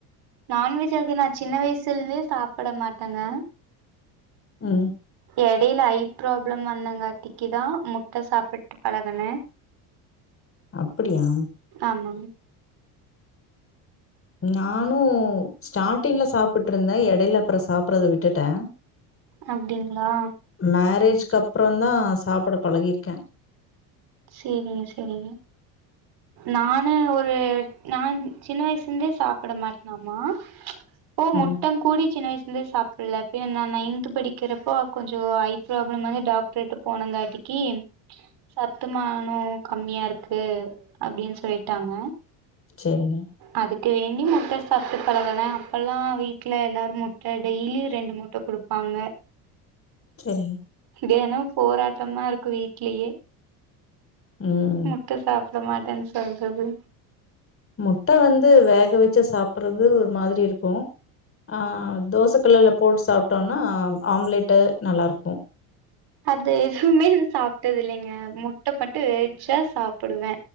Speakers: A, on the right (about 60°); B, on the left (about 30°).
A: நான்வெஜ் அது நா சின்ன வயசுல இருந்தே சாப்புட மாட்டேங்க
B: ம்
A: எடையில ஐ ப்ராப்ளம் வந்தங்காட்டிக்கு தா முட்ட சாப்புட்டு பழகுன
B: அப்புடியா
A: ஆமாங்
B: நானு ஸ்டார்டிங்ல சாப்டுட்டு இருந்தே எடையில அப்றோ சாப்புட்றத விட்டுட்டே
A: அப்டிங்ளா
B: மேரேஜ்க்கு அப்புறம் தா சாப்ட பழகிருக்கே
A: சேரிங்க சேரிங்க நானு ஒரு நா சின்ன வயசுலேந்தே சாப்ட மாட்டேனாமா ஓ முட்ட
B: ம்
A: கூடிய சின்ன வயசுலேந்து சாப் ட்ல்ல நா நைன்த்து படிக்கிறப்போ கொஞ்சோ ஐ ப்ராப்ளம் வந்து டாக்டரு கிட்ட போனாங்காட்டிக்கி சத்துமானோ கம்மியா இருக்கு அப்டின்னு சொல்லிட்டாங்க
B: சேரிங்க
A: அதுக்கு வேண்டி முட்ட சாப்புட்டு பழகுன அப்பெல்லா வீட்ல எல்லாரு முட்ட டெய்லி ரெண்டு முட்ட குடுப் பாங்க
B: செரிங்க
A: இது ஏனோ போராட்டமா இருக்கு வீட்லயே
B: ம்
A: முட்ட சாப்ட மாட்டேன்னு செல்றது
B: முட்ட வந்து வேக வெச்சி சாப்புட்றது ஒரு மாதிரி இருக்கு ஆ தோசக்கல்லுல போட்டு சாப்டோனா ஆம்லேட்டு நல்லாருக்கு
A: அது எப்பவுமே நா சாப்டது இல்லைங்க முட்ட மட்டு வெக வேச்சா சாப்டுவே